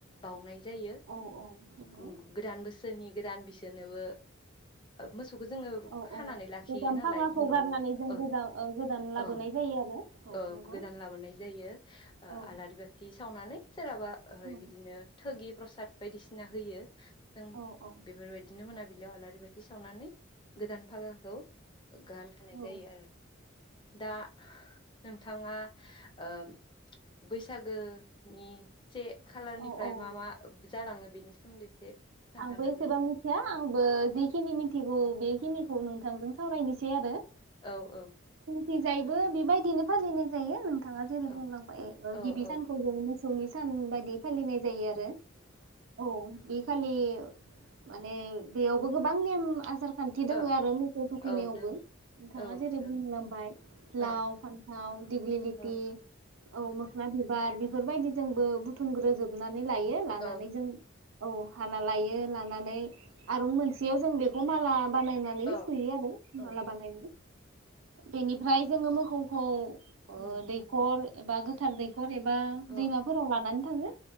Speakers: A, on the left; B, on the right.
A: बाउनाय जायो
B: औ औ नंगौ
A: उम गोदान बोसोरनि गोदान बिसोरनोबो मोसौखौ जोङो
B: औ
A: खानानै
B: औ
A: लाखि
B: गोजाम
A: थियो नालाय
B: फागाखौ
A: न'नि
B: गारनानै जों
A: ओ
B: गोजा गोदान लाबोनाय
A: ओ
B: जायो आरो औ
A: ओ
B: नंगौ
A: गोदान लाबोनाय जायो
B: औ
A: आलारि बाथि सावनानै सोरहाबा ओहै
B: औ
A: बिदिनो थोगि प्रसाद बायदिसिना होयो जों
B: औ औ
A: बेफोरबायदिनो मोनाबिलियाव आलारि बाथि सावनानै गोदान फागाखौ गान होनाय
B: औ
A: जायो आरो दा नोंथाङा ओ बैसागोनि से खालारनिफ्राय
B: औ औ
A: मा मा जालाङो बेनि सोमोनदै एसे खोन्थानानै
B: आंबो एसेबां
A: होदो
B: मिथिया आंबो जिखिनि मिथिगौ बेखिनिखौ नों थांजों सावरायनोसै आरो
A: औ औ
B: थिंजायबो बेबायदिनो फालिनाय जायो नोंथाङा जेरै
A: औ
B: बुंलांबाय ओ
A: औ
B: गिबि सानखौ
A: औ
B: जों मोसौनि सान बायदि फालिनाय जायो आरो औ बे खालि माने बेयावबो गोबां नेम आसार खान्थि दोङो
A: ओ
B: आरो मोसौ थुखैनायावबो
A: औ दोङो
B: नोंथाङा
A: औ
B: जेरै
A: दों
B: बुंलांबाय लाव
A: ओ
B: फान्थाव दिग्लिलिथि
A: औ
B: औ मोखना बि बार बेफोरबायदि जोंबो बुथुमग्रोजोबना नै लायो लानानै
A: औ
B: जों औ हाना लायो लानानै आरूं मोनसेयाव जों बेखौ माला बानायनानै
A: औ
B: सुयो आरो
A: औ
B: माला बानायो बेनिफ्राय जोङो मोखौखौ ओ
A: उम
B: दैखर एबा गोथार दै एबा
A: औ
B: दैमाफोराव लानानै थाङो